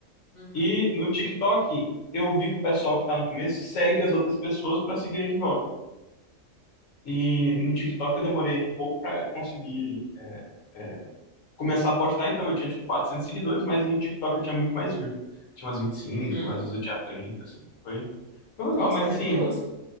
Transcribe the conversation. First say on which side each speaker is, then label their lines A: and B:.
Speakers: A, on the left; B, on the left.
A: Uhum.
B: E no TikTok, eu vi que o pessoal que tá no começo segue as outras pessoas pra seguirem de volta. E no TikTok eu demorei um pouco pra conseguir é, é, começar a postar, então eu tinha tipo 400 seguidores, mas no TikTok eu tinha muito mais view. Tinha umas 25,
A: Uhum.
B: às vezes eu tinha 30, assim. Foi, foi
A: Nossa,
B: legal, mas
A: maravilhoso.
B: assim,